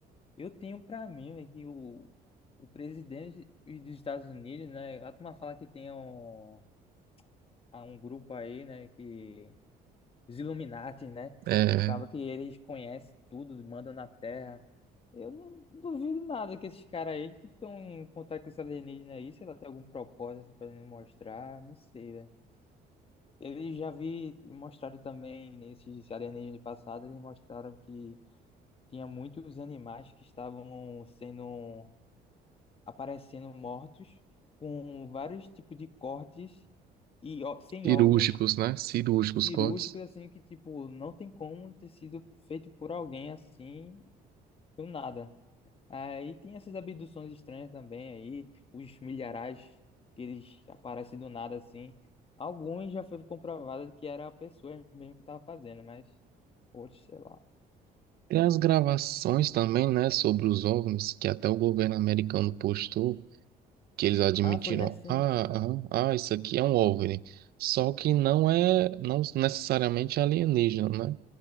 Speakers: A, on the left; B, on the right.
A: Eu tenho pra mim, velho, que o, o presidente dos Estados Unidos, né? A turma fala que tem um, há um grupo aí, né? Que... Os Illuminati, né?
B: É,
A: Eles falam que eles conhecem tudo, mandam na Terra. Eu não duvido nada que esses caras aí que estão em contato com esse alienígena aí, se ela tem algum propósito pra ele mostrar, não sei, velho. Eles já vi, mostraram também nesses alienígenas passados, eles mostraram que tinha muitos animais que estavam sendo aparecendo mortos com vários tipos de cortes e ó- sem
B: cirúrgicos,
A: órgãos
B: né? Cirúrgicos
A: cirúrgicos
B: cortes.
A: assim que tipo não tem como ter sido feito por alguém assim do nada. Aí tem essas abduções estranhas também aí, os milharais que eles aparecem do nada assim. Alguns já foi comprovado que era a pessoa mesmo que estava fazendo, mas outros, sei lá.
B: Tem as gravações também, né, sobre os OVNIs, que até o governo americano postou. que eles admitiram,
A: Ah, foi recente.
B: ah, ah, ah, isso aqui é um OVNI. Só que não é, não necessariamente alienígena, né?